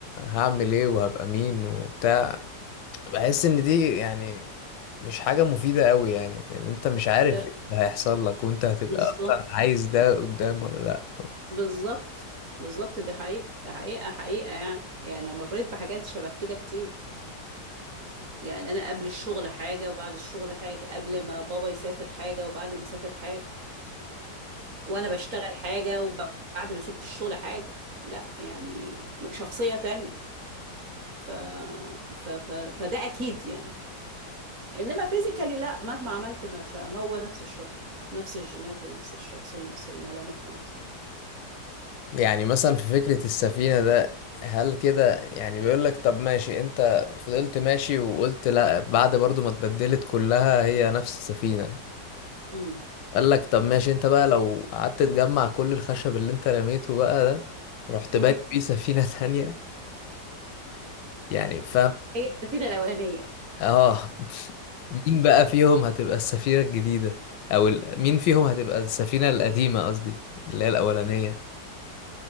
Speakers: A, on the left (about 85°); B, on the right (about 55°).
A: هعمل ايه وهبقى مين وبتاع بحس ان دي يعني مش حاجة مفيدة قوي يعني لان انت مش عارف
B: لا
A: ايه اللي هيحصل لك وانت هتبقى
B: بالظبط
A: اصلا عايز ده قدام ولا لا
B: بالظبط بالظبط دي حقيقة ده حقيقة حقيقة يعني يعني أنا مريت بحاجات شبه كده كتير يعني أنا قبل الشغل حاجة وبعد الشغل حاجة قبل ما بابا يسافر حاجة وبعد ما سافر حاجة وأنا بشتغل حاجة وبعد ما سبت الشغل حاجة لا يعني شخصية تانية ف... ف... ف... فده أكيد يعني إنما فيزيكالي لا مهما عملت ما شاء هو نفس الشخص نفس الجينات ونفس الشخص ونفس الملامح ونفس
A: يعني مثلا في فكرة السفينة ده هل كده يعني بيقول لك طب ماشي انت فضلت ماشي وقلت لا بعد برضو ما اتبدلت كلها هي نفس السفينة
B: امم
A: قال لك طب ماشي انت بقى لو قعدت تجمع كل الخشب اللي انت رميته بقى ده ورحت
B: امم
A: باني بيه سفينة <laughs> تانية يعني فاهم
B: هي السفينة الأولانية
A: اه <laughs> مين بقى فيهم هتبقى السفينة الجديدة او ال... مين فيهم هتبقى السفينة القديمة قصدي اللي هي الأولانية